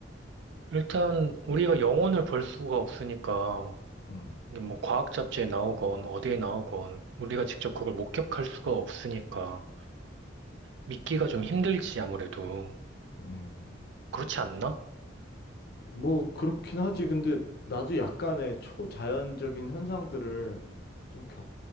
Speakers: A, on the right; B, on the left.
A: 일단 우리가 영혼을 볼 수가 없으니까
B: 음.
A: 이게 뭐 과학 잡지에 나오건 어디에 나오건 우리가 직접 그걸 목격할 수가 없으니까 믿기가 좀 힘들지 아무래도.
B: 음.
A: 그렇지 않나?
B: 뭐 그렇긴 하지. 근데 나도 약간의 초자연적인 현상들을 좀 겪,